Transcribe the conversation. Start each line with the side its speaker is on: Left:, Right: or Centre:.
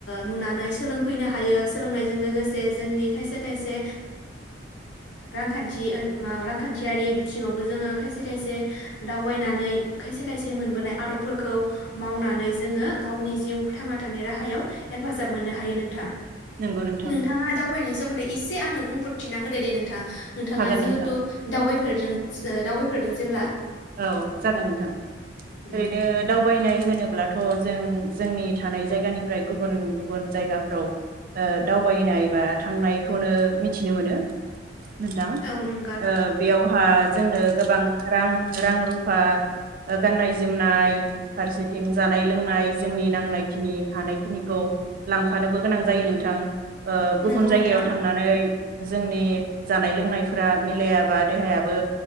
Left: नुनानै सोलोंफैनो हायो सोलोंनायजों लोगोसे जोंनि खायसे खायसे रांखान्थि म रांखान्थियारि बिथिङावबो जोङो खायसे खायसे दावबायनानै खायसे खायसे मोनबोनाय आदबफोरखौ मावनानै जोङो गावनि जिउ थांना थानाय राहायाव हेफाजाब मोननो हायो नोंथां
Right: नंगौ नोंथां
Left: नोंथाङा दावबायनायनि सोमोन्दै इ से आंनो बुंफोरथिना होदो दे नोंथां। नोंथाङा
Right: हागोन
Left: जिहेथु
Right: नोंथां
Left: दावबायफोरजों ओ दावबाय होदों जेब्ला
Right: औ जागोन नोंथां
Left: उम
Right: ओरैनो दावबायनाय होनो ब्लाथ' जों-जोंनि थानाय जायगानिफ्राय गुबुन गुबुन जायगाफ्राव दावबायनाय बा थांनायखौनो मिथिनो मोनो। नोंथां
Left: औ नोंगा
Right: ओ बेयावहा जोंनो गोबां रां रां रुफा ओ गाननाय जोमनाय फारसेथिं जानाय लोंनाय जोंनि नांनायखिनि हानायखिनिखौ लांफानोबो गोनां जायो नोंथां। ओ गुबुन
Left: नंगौ
Right: जायगायाव
Left: नोंथां
Right: थांनानै। जोंनि जानाय लोंनायफोरा मिलायाबा देहायाबो